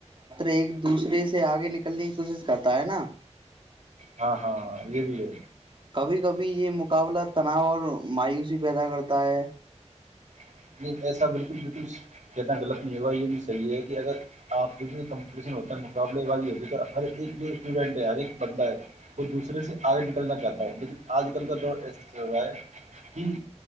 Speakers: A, on the right (about 45°); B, on the right (about 85°).
A: ایک دوسرے سے اگے نکل کلی کرتا ہے نا <unintelligible>
B: ہاں ہاں یہ بھی ہے
A: کبھی کبھی یہ مقابلہ تناور مایوسی پیدا کرتا ہے
B: <unintelligible> <unintelligible> کہ اگر اپ کسی کمپوزیشن ہوتا ہے مقابلے والی ہو جائے گا ہر ایک جو سٹوڈنٹ ہے ہر ایک بندہ ہے وہ دوسرے سے اگے نکلنا چاہتا ہے لیکن اج کل کا دور ایسا چل رہا ہے ان